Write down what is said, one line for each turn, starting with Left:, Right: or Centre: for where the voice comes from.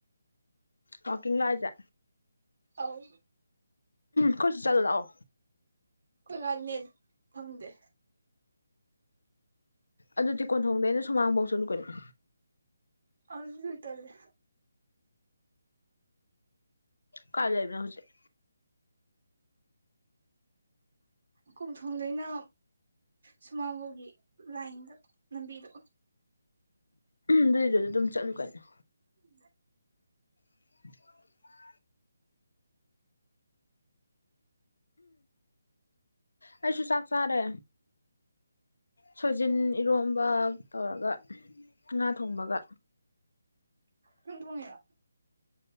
Left: ꯋꯥꯥꯛꯀꯤꯡ ꯂꯥꯛꯍꯖ
Right: ꯑꯧ
Left: ꯈꯣꯏ ꯁꯤ ꯆꯠꯂꯨ ꯂꯥꯛꯑꯣ
Right: ꯅꯣꯏ ꯑꯗꯥꯏꯗꯨ ꯅꯦꯠ ꯐꯪꯗꯦ
Left: ꯑꯗꯨꯗꯤ ꯀꯣꯟꯊꯣꯡꯗꯩꯅ ꯁꯨꯃꯥꯡꯐꯧ ꯆꯠꯂꯨ ꯀꯩꯅꯣ
Right: ꯑꯗꯨꯁꯨ ꯇꯜꯂꯦ
Left: ꯀꯥꯥꯏ ꯂꯩꯕ ꯅꯪ ꯍꯧꯖꯤꯛ
Right: ꯀꯣꯟꯊꯣꯡꯗꯩꯅ ꯁꯨꯃꯥꯡꯕꯥꯎꯒꯤ ꯂꯥꯏꯟꯗ ꯂꯝꯕꯤꯗ
Left: ꯑꯗꯨꯏꯗꯨꯗ ꯑꯗꯨꯝ ꯆꯠꯂꯨꯀꯩꯅꯣ
Right: <unintelligible>
Left: <unintelligible> ꯑꯩꯁꯨ ꯆꯥꯛ ꯆꯥꯔꯦ ꯁꯣꯏꯖꯤꯟ ꯏꯔꯣꯝꯕ ꯇꯧꯔꯒ ꯉꯥ ꯊꯣꯡꯕꯒ
Right: ꯅꯪ ꯊꯣꯡꯉꯤꯔꯣ